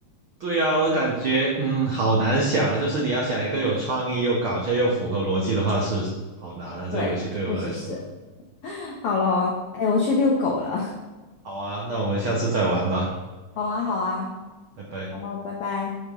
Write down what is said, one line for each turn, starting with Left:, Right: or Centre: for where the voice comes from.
Right: 对啊，我感觉嗯，好难想啊。就是你要想一个有创意、又搞笑、又符合逻辑的话，是好难啊。这游戏对我来说，
Left: 对，确实是。好咯，哎，我去遛狗了。
Right: 好啊，那我们下次再玩吧，
Left: <laughs> 好啊，好啊，
Right: 拜拜。
Left: 好咯，拜拜。